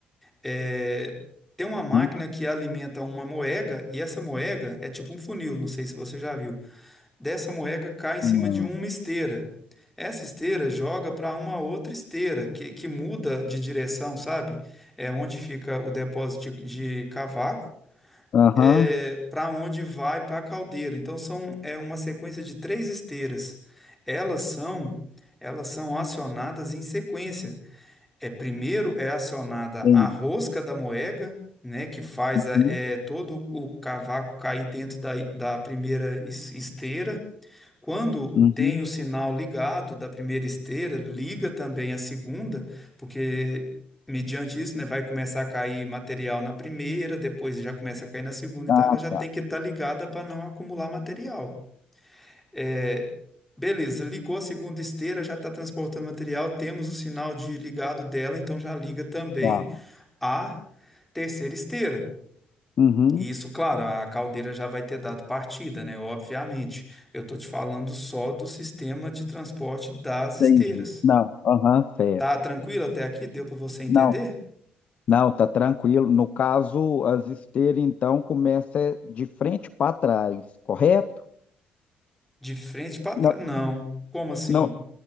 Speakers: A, in the centre; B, on the left.
A: é, tem uma máquina
B: hum,
A: que alimenta uma moega e essa moega é tipo um funil, não sei se você já viu. Dessa moega cai em cima
B: hum.
A: de uma esteira. Essa esteira joga para uma outra esteira que, que muda de direção, sabe? É onde fica o depósito de, de cavaco,
B: Aham,
A: é, para onde vai para a caldeira. Então são é uma sequência de três esteiras. Elas são elas são acionadas em sequência. É, primeiro é acionada
B: tem.
A: a rosca da moega, né, que faz
B: Uhum,
A: a- é, todo o cavaco cair dentro da, da primeira es- esteira. Quando
B: uhum.
A: tem o sinal ligado da primeira esteira, liga também a segunda, porque mediante isso, né, vai começar a cair material na primeira, depois já começa a cair na segunda,
B: Ah,
A: então ela já
B: tá,
A: tem que estar ligada para não acumular material. É, beleza, ligou a segunda esteira, já está transportando material, temos o sinal de ligado dela, então já liga também
B: tá.
A: a terceira esteira.
B: Uhum,
A: E Isso, claro, a caldeira já vai ter dado partida, né? Obviamente. Eu estou te falando só do sistema de transporte das esteiras.
B: entendi. Não, aham, certo.
A: Tá tranquilo até aqui? Deu para você entender?
B: Não, Não, tá tranquilo. No caso, as esteiras, então, começa é de frente para trás, correto?
A: De frente para
B: Não,
A: trás. Não. Como assim?
B: não,